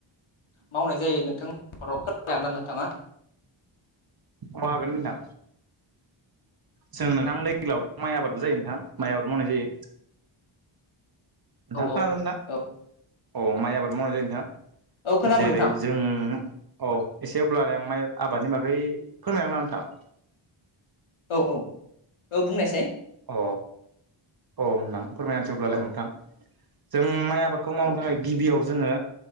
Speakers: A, on the left (about 70°); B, on the right (about 45°).
A: मावनाय जायो नोंथांनि न'खराव फोरमायनो हागोन ना नोंथाङा
B: अ हागोन नोंथां जों नोंथां माइ आबादबो जायो नोंथां माइ आबाद मावनाय जायो नोंथां
A: औ
B: खोनादोंना
A: औ औ
B: अ माइ आबाद मावनाय जायो नोंथां
A: औ खोनादों
B: जेरै
A: नोंथां
B: जों औ एसे अब्लालाय माइ आबादनि बागै फोरमायना ना नोंथां
A: औ औ औ बुंनायसाय
B: अ औ नोंथां फोरमायनोसै अबलालाय
A: औ
B: नोंथां जों माइ आबादखौ मावनो
A: औ
B: थाखाय गिबियाव जोङो